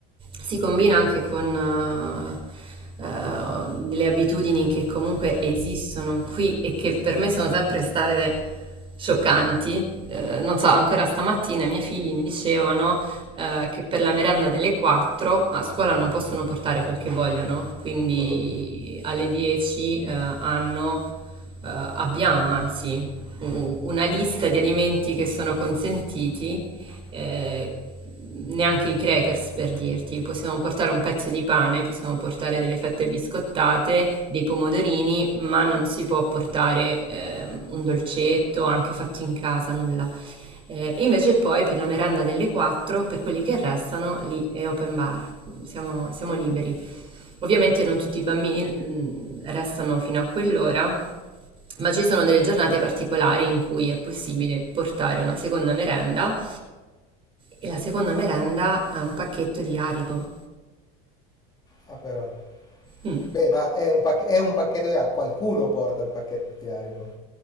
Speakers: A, on the right; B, on the left.
A: si combina anche con eh, eh, delle abitudini che comunque esistono qui e che per me sono sempre state scioccanti. Eh, non so, ancora stamattina i miei figli mi dicevano eh, che per la merenda delle 4 a scuola non possono portare quel che vogliono, quindi
B: Mm?
A: alle 10 eh, hanno, eh, abbiamo anzi u- una lista di alimenti che sono consentiti, eh, neanche i crackers per dirti, possiamo portare un pezzo di pane, possiamo portare delle fette biscottate, dei pomodorini, ma non si può portare eh, un dolcetto, anche fatto in casa, nulla. Eh, invece poi per la merenda delle 4, per quelli che restano, lì è open bar, siamo, siamo liberi. Ovviamente non tutti i bambini mm, restano fino a quell'ora, ma ci sono delle giornate particolari in cui è possibile portare una seconda merenda e la seconda merenda è un pacchetto di Haribo.
B: Ah, però.
A: Mm.
B: Beh, ma è un, pac- è un pacchetto di Haribo. Qualcuno porta il pacchetto di Haribo.